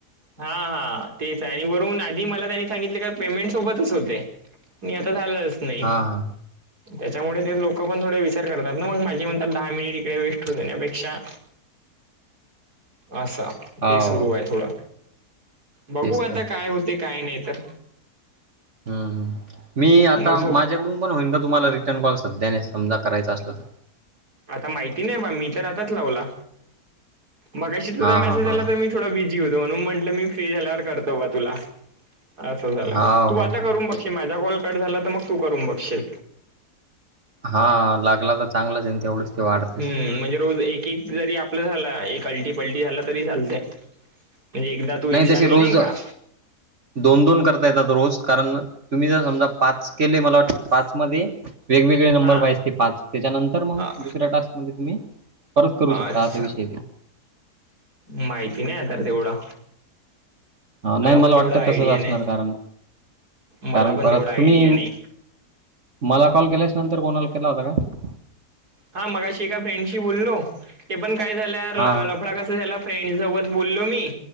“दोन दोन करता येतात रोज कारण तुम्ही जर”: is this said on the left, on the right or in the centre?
Right